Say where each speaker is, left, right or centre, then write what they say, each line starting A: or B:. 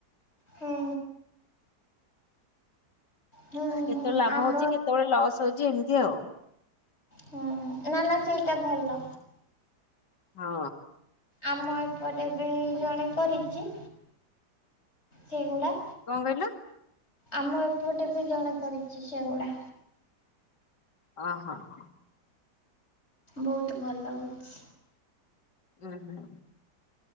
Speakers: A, on the left; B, on the left.
A: ହୁଁ ହୁଁ
B: କେତେବେଳେ ଲାଭ
A: ଆମ
B: ହୋଉଚି କେତେବେଳେ ଲସ୍ <unintelligible> ଉଛି ଏମିତି ଆଉ <inaudible>
A: ହୁଁ ନା ନା ସେଇଟା ଭଲ
B: ହଁ।
A: ଆମ ଏପଟେ ବି ଜଣେ କରିଚି। ସେଇଗୁଡା
B: କଣ କହିଲ?
A: ଆମ ଏପଟେ ବି ଜଣେ କରିଚି ସେଗୁଡା
B: ହଁ ହଁ ହଁ।
A: ବୋହୁତ ଭଲ ଲାଗୁଚି।
B: ହୁଁ ହୁଁ।